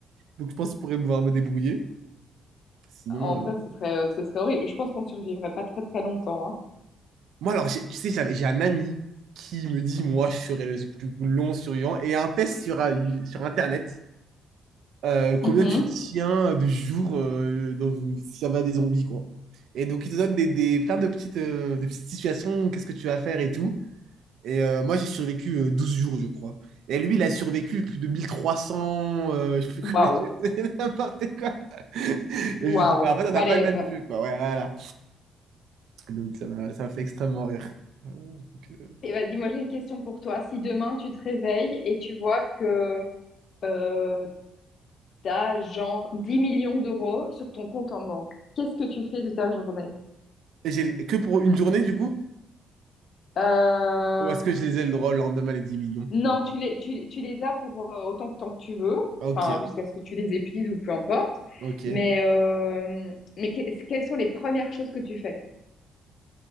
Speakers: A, on the right (about 75°); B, on the left (about 60°).
A: Donc, je pense que je pourrais pouvoir me débrouiller. Sinon,
B: En vrai,
A: euh,
B: ce serait, euh, ce serait horrible. Je pense qu'on survivrait pas très très longtemps. hein.
A: moi, alors, j'ai- tu sais, j'avais- j'ai un ami qui me dit, moi, je serai le plus long survivant. Et il y a un test sur, euh, sur Internet euh, combien
B: Mhm.
A: tu tiens de jours euh, dans une- s'il y avait des zombies, quoi. Et donc, ils te donnent des, des- plein de petites, euh, des petites situations, qu'est-ce que tu vas faire et tout. Et euh, moi, j'ai survécu euh, 12 jours, je crois. Et lui, il a survécu plus de 1300, euh, je sais plus combien,
B: Waouh,
A: <laughs> c'est n'importe quoi.
B: Waouh.
A: Et je lui dis, bah, en fait, on n'a
B: balèze.
A: pas le même jeu, quoi. Ouais, voilà. Donc, ça m'a ça m'a fait extrêmement rire. Ah, donc, euh,
B: Et vas-y, moi j'ai une question pour toi. Si demain tu te réveilles et tu vois que euh, t'as genre 10 millions d'euros sur ton compte en banque. Qu'est-ce que tu fais de ta journée?
A: Et j'ai que pour une journée, du coup?
B: Euh,
A: Ou est-ce que je les ai le droit le lendemain, les 10 millions
B: Non,
A: encore?
B: tu les, tu, les tu les as pour euh, autant de temps que tu veux,
A: Ok,
B: enfin, jusqu'à ce que tu les épuises ou peu importe.
A: ok.
B: Mais, euh, mais que- quelles sont les premières choses que tu fais?